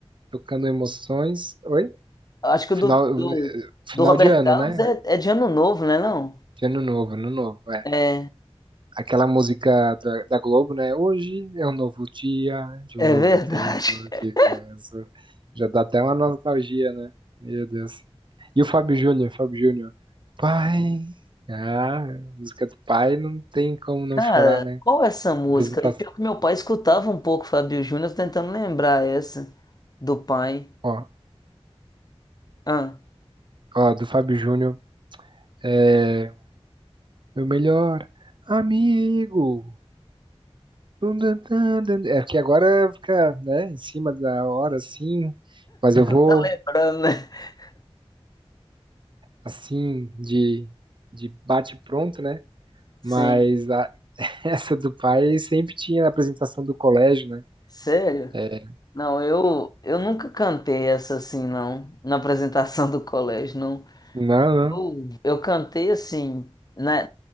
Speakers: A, on the right; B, on the left.
A: tocando emoções. Oi?
B: Acho que
A: Final,
B: o do, do,
A: final
B: do Roberto
A: de ano,
B: Carlos
A: né?
B: é, é de ano novo, né, não?
A: De Ano novo, ano novo, é.
B: É,
A: Aquela música da, da Globo, né? Hoje é um novo dia, de
B: é
A: um novo
B: verdade.
A: tempo que
B: <laughs>
A: começa. Já dá até uma nostalgia, né? Meu Deus. E o Fábio Júnior, Fábio Júnior. Pai. Ah, música do pai não tem como não
B: Cara,
A: chorar, né?
B: qual é essa música?
A: Apresentação.
B: E pior que meu pai escutava um pouco Fábio Júnior, tô tentando lembrar essa do pai.
A: Ó,
B: Ah,
A: ó, do Fábio Júnior. É. Meu melhor amigo. Dun, dun, dun, dun. É que agora fica, né, em cima da hora, assim. Mas eu vou
B: tá lembrando, né? <laughs>
A: assim, de, de bate-pronto, né?
B: Sim.
A: Mas a- <laughs> essa do pai sempre tinha na apresentação do colégio, né?
B: Sério?
A: É,
B: Não, eu, eu nunca cantei essa assim, não, na apresentação do colégio, não.
A: Não, não.
B: Eu, eu cantei assim. Na,